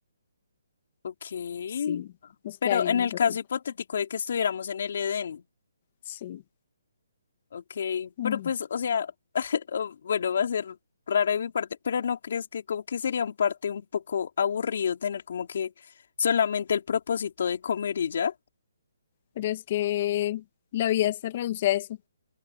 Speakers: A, on the left; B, on the left.
A: ok.
B: Sí, nos
A: Pero
B: quedaríamos
A: en el
B: así.
A: caso hipotético de que estuviéramos en el Edén.
B: Sí.
A: Ok,
B: Mm.
A: pero pues, o sea, <laughs> o- bueno, va a ser raro de mi parte, pero ¿no crees que como que sería un parte un poco aburrido tener como que solamente el propósito de comer y ya?
B: Pero es que la vida se reduce a eso.